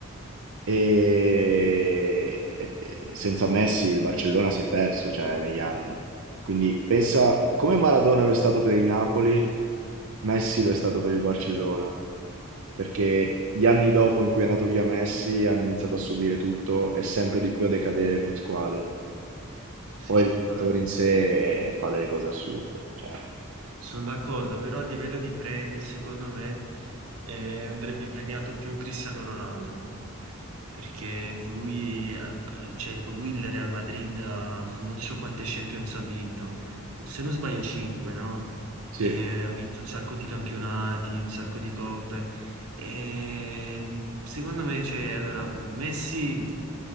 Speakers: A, on the right; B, on the right.
A: E e- e senza Messi il Barcellona si è perso, cioè, negli anni. Quindi pensa come Maradona lo è stato per il Napoli, Messi lo è stato per il Barcellona. Perché gli anni dopo in cui è andato via Messi hanno iniziato a subire tutto e sempre di più a decadere come squadra.
B: Sì,
A: Poi il giocatore
B: no. eh.
A: in sé fa delle cose assurde. Cioè,
B: Sono d'accordo, però a livello di premi, secondo me, eh, andrebbe premiato più Cristiano Ronaldo, perché con lui, eh, cioè, con lui il Real Madrid ha- non so quante Champions ha vinto, se non sbaglio 5, no?
A: sì,
B: E ha Mm. vinto un sacco di campionati, un sacco di coppe. E secondo me, cioè, allora, Messi.